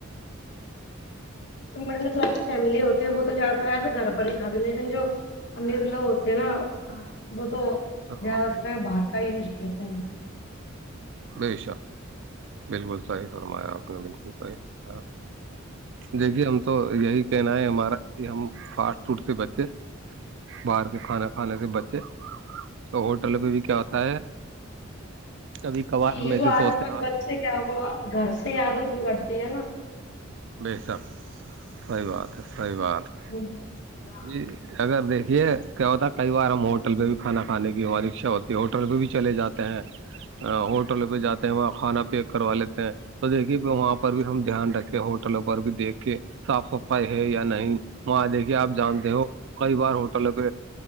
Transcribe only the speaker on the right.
ہاں
بے شک بالکل صحیح فرمایا آپ نے بال دیکھیے ہم تو یہی کہنا ہے ہمارا یہ ہم فاسٹ فوڈ سے بچے باہر کے کھانا کھانے کے بچے تو ہوٹل پہ بھی کیا ہوتا ہے کبھی کبھار ہم
ایسے
سوچتے
ہیں آ
تو
بے شک صحیح بات ہے صحیح بات ہے
جی اگر دیکھیے کیا ہوتا کئی بار ہم ہوٹل پہ بھی کھانا کھانے کی ہماری اچھا ہوتی ہوٹل پہ بھی چلے جاتے ہیں ہوٹلوں پہ جاتے ہیں وہ کھانا پیک کروا لیتے ہیں تو دیکھیے وہاں پر بھی ہم دھیان رکھیں ہوٹلوں پر بھی دیکھ کے صاف صفائی ہے یا نہیں وہاں دیکھیے آپ جانتے ہو کئی بار ہوٹل پہ